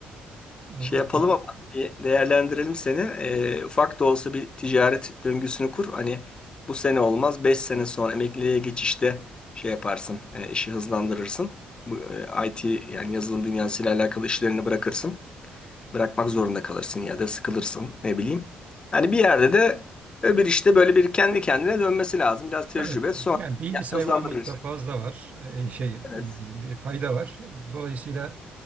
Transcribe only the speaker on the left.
Şey yapalım ama bir değerlendirelim seni. E, ufak da olsa bir ticaret döngüsünü kur. Hani bu sene olmaz 5 sene sonra emekliliğe geçişte şey yaparsın e, işi hızlandırırsın. Bu e, IT yani yazılım dünyasıyla alakalı işlerini bırakırsın. bırakmak zorunda kalırsın ya da sıkılırsın ne bileyim. Hani bir yerde de öbür işte böyle bir kendi kendine dönmesi lazım. Biraz tecrübe
sonra
ya-
hızlandırırız.
Evet